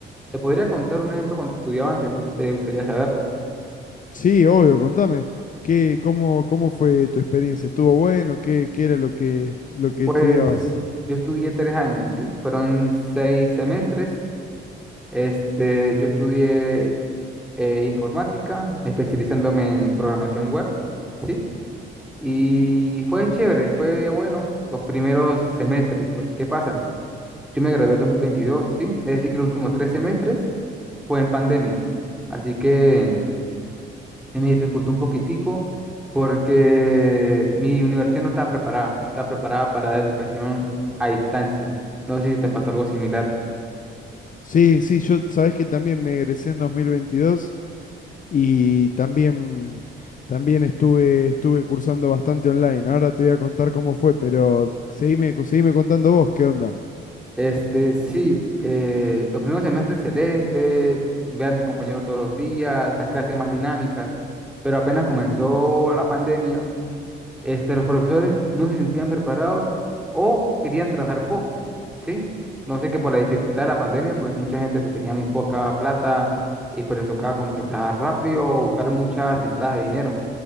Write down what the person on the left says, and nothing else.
Sí, obvio, contame. ¿Qué, cómo, cómo fue tu experiencia? ¿Estuvo bueno? ¿Qué, qué era lo que, lo que
estudiabas?
Sí, sí, yo sabés que también me egresé en 2022. Y también, también estuve, estuve cursando bastante online. Ahora te voy a contar cómo fue, pero seguime, seguime contando vos, ¿qué onda?